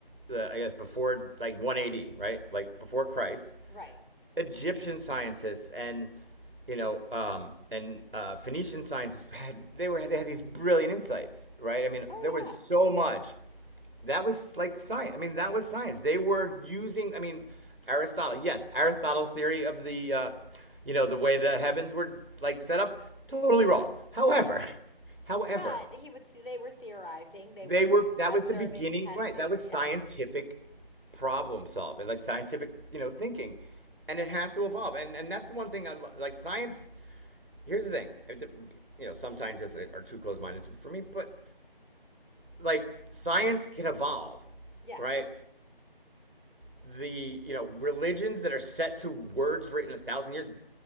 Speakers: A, on the right; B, on the left.
A: the I guess before like 180, right? Like before Christ,
B: Right.
A: Egyptian scientists and you know um, and uh, Phoenician scientists had they were they had these brilliant insights, right? I mean,
B: Oh,
A: there was
B: yeah.
A: so much that was like science. I mean, that was science. They were using. I mean, Aristotle. Yes, Aristotle's theory of the, uh, you know, the way the heavens were like set up. Totally wrong. However,
B: Right.
A: <laughs> however,
B: But he was, they were theorizing, they
A: they
B: were
A: were. That
B: observing,
A: was the beginning.
B: testing.
A: Right. That was
B: Yeah.
A: scientific problem solving, like scientific, you know, thinking, and it has to evolve. And and that's the one thing I lo- like. Science. Here's the thing. You know, some scientists are too close minded for me, but like science can evolve,
B: Yes.
A: right? the you know religions that are set to words written a thousand years